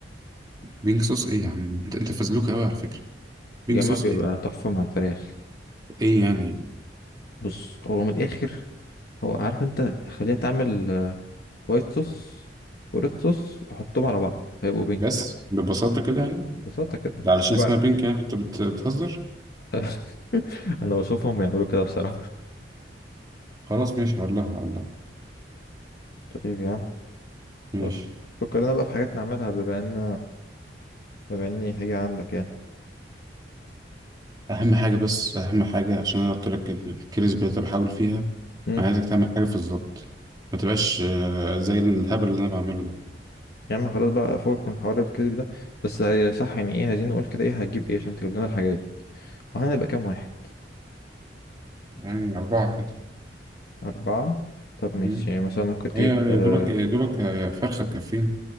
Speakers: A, on the right (about 20°); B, on the left (about 55°).
A: بينك صوص ايه يا عم انت انت فزلوك قوي على فكرة بينك
B: يا إما
A: صوص
B: بيبقى
A: ايه
B: تحفة مع الفراخ
A: ايه يعني
B: بص هو من الآخر هو عارف أنت خليها تعمل آه، وايت صوص وريد صوص وحطهم على بعض هيبقوا بينك
A: بس ببساطة كده يعني
B: ببساطة كده
A: ده علشان
B: بعد
A: اسمها بينك يعني انت بت- بتهزر
B: <laughs> أنا بشوفهم بيعملوا كده بصراحة
A: خلاص ماشي هقول لها هقول لها
B: طيب يا عم
A: ماشي
B: بص فكرنا بقى في حاجات نعملها بما إن بما إني هاجي عندك
A: اهم حاجة بس اهم حاجة عشان انا قلت لك ال- الكريسبي اللي بحاول فيها
B: يعني
A: انا عايزك تعمل حاجة في الظبط ما تبقاش آه، زي الهبل اللي انا بعمله ده
B: يا عم خلاص بقى فوق من حوار الكذب ده بس هي صح يعني ايه عايزين نقول كده ايه هتجيب ايه عشان تجيب لنا الحاجات وهنبقى كام واحد
A: يعني أربعة كده
B: أربعة طب ماشي
A: مم.
B: يعني مثلا ممكن تجيب
A: هي يا
B: آه،
A: دوبك يا دوبك فرخة تكفينا